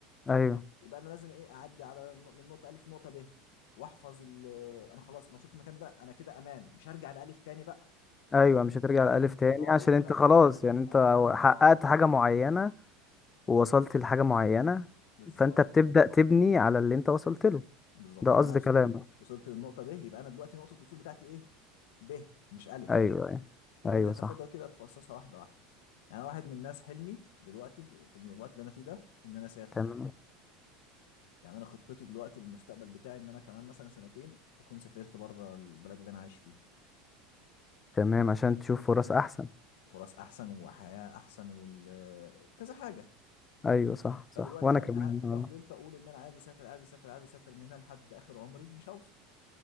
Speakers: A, on the left; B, on the left.
A: ايوه
B: يبقى انا لازم ايه اعدي على النق- من نقطه الف لنقطه ب واحفظ ال- آه، انا خلاص انا وصلت المكان ده انا كده امان مش هرجع لالف تاني بقى
A: ايوه مش هترجع
B: يبقى انا
A: لألف
B: ب...
A: تاني
B: اه
A: عشان
B: يبقى
A: انت
B: انا ب...
A: خلاص يعني انت
B: اه
A: حققت حاجة معينة ووصلت لحاجة معينة
B: بالظبط
A: فانت بتبدأ تبني على اللي انت وصلت له
B: بالظبط
A: ده
B: يبقى
A: قصد
B: انا وص-
A: كلامك
B: وصلت للنقطه ب يبقى انا دلوقتي نقطه الوصول بتاعتي ايه ب مش الف
A: ايوه ايوه
B: يبقى
A: ايوه
B: انت تاخدها
A: صح
B: كده تفصصها واحده واحده يعني أنا واحد من الناس حلمي دلوقتي في في الوقت اللي انا فيه ده ان انا اسافر
A: تمام
B: يعني انا خطتي دلوقتي المستقبل بتاعي ان انا كمان مثلا سنتين اكون سافرت بره البلد اللي انا عايش فيها
A: تمام عشان تشوف فرص احسن
B: فرص احسن وحياه احسن وال... <hesitation> كذا حاجه
A: ايوه صح صح
B: فدلوقتي
A: وانا
B: ه...
A: كمان
B: ه...
A: اه
B: لو فضلت اقول ان انا عايز اسافر عايز اسافر عايز اسافر من هنا لحد اخر عمري مش هوصل